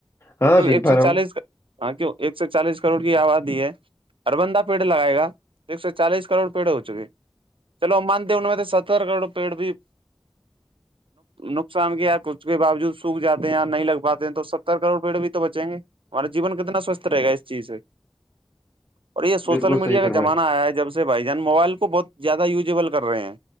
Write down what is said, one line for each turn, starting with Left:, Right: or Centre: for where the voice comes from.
Left: ہاں
Right: تو
Left: سن
Right: ایک
Left: پا
Right: سو
Left: رہا
Right: چالیس
Left: ہوں
Right: کا ہاں کیوں ایک سو چالیس کروڑ کی آبادی ہے اربندہ پیڑ لگائے گا ایک سو چالیس کروڑ پیڑ ہو چکے چلو مانتے ان میں تو ستر کروڑ پیڑ بھی نقصان کیا ہے اس کے باوجود سوکھ جات ہیں نہیں لگ پاتے ہیں تو ستر کروڑ پیڑ بھی تو بچیں گے ہمارا جیون کتنا سوستھ رہے گا اس چیز سے
Left: <unintelligible>
Right: اور یہ سوشل
Left: بالکل
Right: میڈیا
Left: صحیح فرمائے
Right: کا زمانہ آیا ہے جب سے بھائی جان موبائل کو بہت زیادہ ویبل کر رہے ہیں